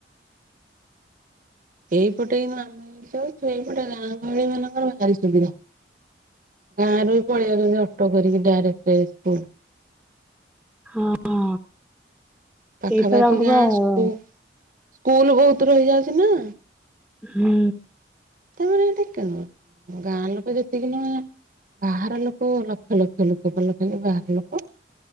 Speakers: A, on the right (about 45°); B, in the centre.
A: ଏଇପଟେ କିନ୍ତୁ ଆମେ <unintelligible> ଏଇପଟେ ଗାଁ ଗହଳି ମାନଙ୍କର ଭାରି ସୁବିଧା। ଗାଁରୁ ବି ପଳେଇଆଉଚନ୍ତି ଅଟୋ କରିକି ଡାଇରେକ୍ଟେ ସ୍କୁଲ୍।
B: ହଁ।
A: ପାଖାପାଖି
B: ଏଇପା ତାଙ୍କୁ
A: ଗାଁ
B: ବା
A: ସ୍କୁ
B: ହୁଁ।
A: ସ୍କୁଲ୍ ବହୁତ୍ ରହିଯାଉଚି ନାଁ।
B: ହୁଁ।
A: ତାପରେ <unintelligible> ଗାଁ ଲୋକ ଯେତିକି ନୁହେଁ ବାହାର ଲୋକ ଲକ୍ଷ-ଲକ୍ଷ ଲୋକ <unintelligible> ବାହାର ଲୋକ।